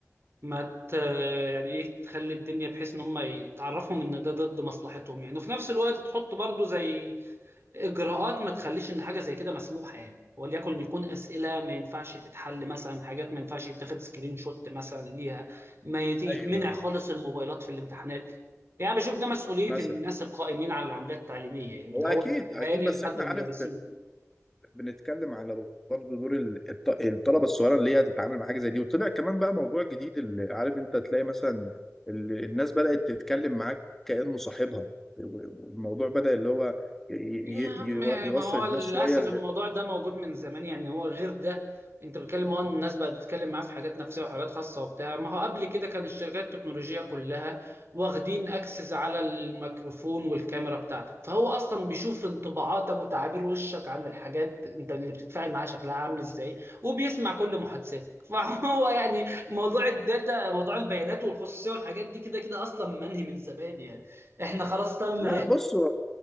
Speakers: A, on the right; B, in the centre.
A: ما ت... يعني ايه تخلي الدنيا بحيث ان هم يتعرفوا ان ده ضد مصلحتهم يعني وفي نفس الوقت تحط برضو زي اجراءات ما تخليش ان حاجه زي كده مسموحه يعني وليكن يكون اسئله ما ينفعش تتحل مثلا حاجات ما ينفعش يتاخد سكرين شوت مثلا ليها ما يت- يتمنع
B: ايوه ايوه
A: خالص الموبايلات في الامتحانات يعني بشوف ده مسؤوليه
B: مثلا
A: الناس القائمين على العمليات التعليميه يعني من
B: هو
A: اول
B: اكيد اكيد
A: الاهالي
B: بس
A: لحد
B: احنا
A: المدرسين
B: عارف بنتكلم على برضه دور ال- الط- الطلبه الصغيره اللي هي تتعامل مع حاجه زي دي وطلع كمان بقى موضوع جديد اللي عارف انت تلاقي مثلا ال- الناس بدات تتكلم معاك كانه صاحبها و- والموضوع بدا اللي هو ي-
A: يا
B: ي-
A: عم
B: ي- يوصل
A: ما هو
B: الناس
A: للأسف
B: شويه ل-
A: الموضوع ده موجود من زمان يعني هو غير ده انت بتتكلم اه إن الناس بقت بتتكلم معاه في حاجات نفسية وحاجات خاصة وبتاع ما هو قبل كده كان الشركات التكنولوجية كلها واخدين اكسس على الميكروفون والكاميرا بتاعتك فهو اصلا بيشوف انطباعاتك وتعابير وشك عن الحاجات انت اللي بتتفاعل معاها شكلها عامل ازاي وبيسمع كل محادثاتك <laughs> فهو يعني موضوع الداتا موضوع البيانات والخصوصية والحاجات دي كده كده اصلا منهي من زمان يعني احنا خلاص تم
B: لا بص هو-